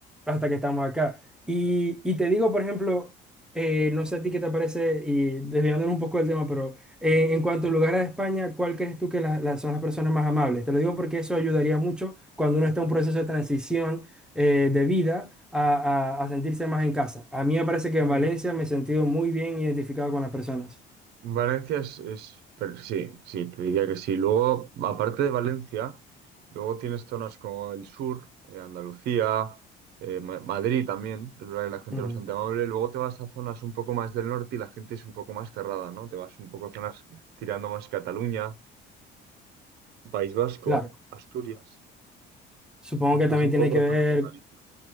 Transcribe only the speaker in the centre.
hasta que estamos acá. Y, y te digo, por ejemplo, eh, no sé a ti qué te parece, y desviándonos un poco del tema, pero eh, en cuanto a lugares de España, ¿cuál crees tú que la- la- son las personas más amables? Te lo digo porque eso ayudaría mucho cuando uno está en un proceso de transición eh, de vida a, a- a sentirse más en casa. A mí me parece que
en Valencia me he sentido muy bien identificado con las personas.
Mm,
claro,
supongo
que también
tiene
que ver,